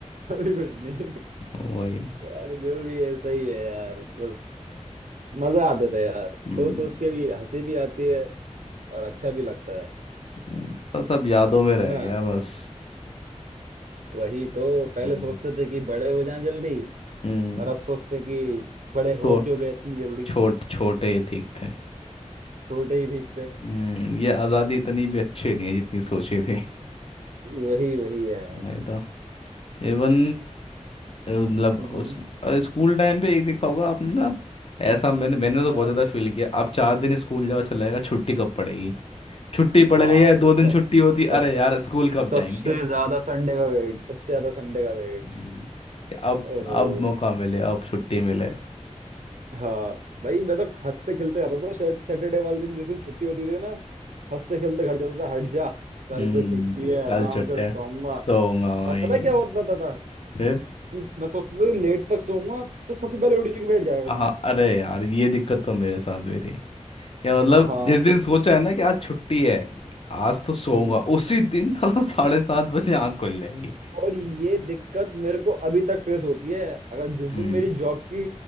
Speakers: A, on the right; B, on the left.
A: अभी कुछ नहीं है
B: <laughs> वही
A: यार जो भी है सही है यार बस मजा आते थे यार
B: हम्म,
A: सोच सोच के भी हंसी भी आती है और अच्छा भी लगता है
B: हम्म, बस अब यादों में रह
A: है ना
B: गया बस
A: वही तो पहले
B: हम्म
A: सोचते थे कि बड़े हो जाएं जल्दी
B: हम्म,
A: और अब सोचते हैं कि बड़े
B: तो
A: हो क्यों गए इतनी जल्दी
B: छोट छोटे ठीक थे
A: छोटे ही ठीक थे
B: हम्म ये आज़ादी इतनी भी अच्छी नहीं है जितनी सोची थी
A: वही वही यार
B: मैं तो इवन मतलब उस
A: हम्म
B: अ, स्कूल टाइम पे एक देखा होगा आपने ना ऐसा मैंने मैंने तो
A: हाँ
B: बहुत ज़्यादा फील किया आप चार दिन स्कूल जाओ ऐसा लगेगा छुट्टी कब पड़ेगी छुट्टी
A: हाँ
B: पड़ गई है दो दिन
A: सर
B: छुट्टी होती
A: सब
B: अरे यार स्कूल कब
A: सबसे
B: जाएंगे
A: ज्यादा संडे का वेट सबसे ज्यादा संडे का वेट
B: हम्म, कि अब
A: ओहो
B: अब मौका मिले अब छुट्टी मिले
A: हाँ भाई मैं तो हंसते खेलते जाता था शायद सैटरडे वाले दिन जिस दिन छुट्टी होती थी ना हंसते खेलते घर जाता था हट जा कल
B: हम्म
A: को छुट्टी है
B: कल
A: आराम
B: छुट्टी
A: से
B: है
A: सोऊंगा
B: सोऊंगा भाई
A: और पता है क्या होता था, था
B: फिर
A: कि मैं सोचता था कि लेट तक सोऊंगा तो सबसे पहले उठ के बैठ जाया करता
B: हाँ
A: मैं
B: अरे यार ये दिक्कत तो मेरे साथ भी थी क्या मतलब
A: हाँ
B: जिस दिन सोचा है ना कि आज छुट्टी है आज तो सोऊंगा
A: हम्म
B: उसी दिन <laughs> साला साढ़े सात बजे आँख खुल जाएगी
A: और ये दिक्कत मेरे को अभी तक फेस होती है अगर जिस दिन
B: हम्म
A: मेरी जॉब की